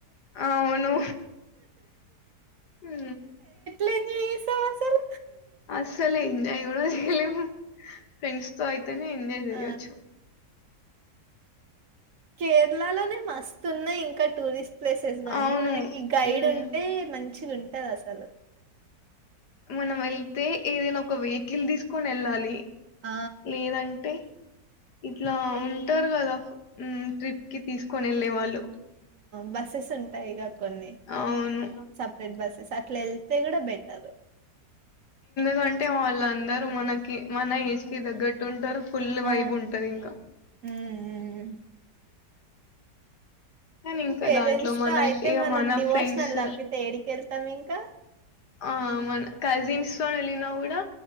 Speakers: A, on the left (about 70°); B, on the right (about 55°).
A: అవును ఉ
B: లెన్ని ఎస్తం అసలు
A: అస్సలే ఎంజాయ్ గూడ చే లెవ్వు ఫ్రెండ్స్ తో అయితేనే ఎంజాయ్ చెయ్యొచ్చు
B: ఆ! కేరళలోనే మస్తు ఉన్నాయి ఇంకా టూరిస్ట్ ప్లేసెస్ గానీ
A: అవును
B: మనకి గైడ్
A: హ్మ్
B: ఉంటే మంచిగ ఉంటది అసలు
A: మనమ్ ఎళ్తే ఏదైనా ఒక వెహికల్ తీసుకొని వెళ్ళాలి
B: ఆ!
A: లేదంటే ఇట్లా ఉంటారు గదా మ్ ట్రిప్ కి తీసుకొని ఏళ్ళే వాళ్ళు
B: బస్సెస్ ఉంటాయి గ కొన్ని
A: అవును
B: సపరేట్ బస్సెస్ అట్లా ఎల్ తే గూడ బెటర్
A: కంటే వాళ్ళందరూ మనకి మన ఏజ్ కి దగ్గట్టు ఉంటరు. ఫుల్
B: ఆ!
A: వైబ్ ఉంటది ఇంకా
B: హ్మ్. హ్మ్.
A: కానీ ఇంకా
B: పేరెంట్స్
A: దాంట్లో మన
B: తో అయితే
A: ఇగ
B: మనం
A: మన
B: డివోషనల్
A: ఫ్రెండ్స్
B: తప్పితే ఏడీకి వెళ్తాం ఇంకా
A: ఆ మన కజిన్స్ తో వెళ్ళినా గూడ